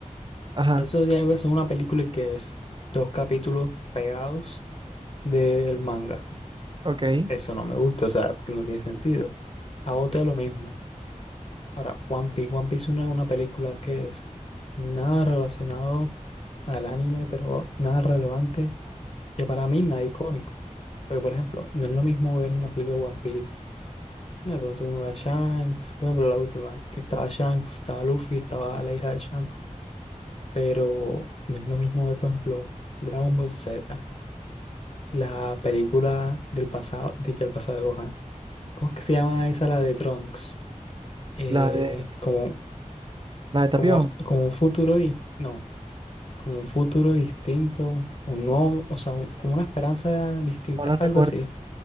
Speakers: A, on the right (about 40°); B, on the left (about 50°).
A: ajá,
B: Eso ya es una película que es dos capítulos pegados del manga.
A: ok,
B: Eso no me gusta, o sea, que no tiene sentido. AOT lo mismo. Ahora, One Piece. One Piece es una, una película que es nada relacionado al anime, pero nada relevante, que para mí nada icónico. Porque, por ejemplo, no es lo mismo ver una película de One Piece. No, pero tú no ves a Shanks, bueno, pero la última, que estaba Shanks, estaba Luffy, estaba la hija de Shanks. Pero no es lo mismo ver, por ejemplo, Dragon Ball Z la película del pasado, de que el pasado de Gohan. ¿Cómo es que se llama esa la de Trunks? Eh,
A: la de,
B: como,
A: la de Tapión,
B: como, como un futuro, di- no, como un futuro distinto, un nuevo, o sea, un- como una esperanza distinta,
A: no la recuerdo.
B: algo así.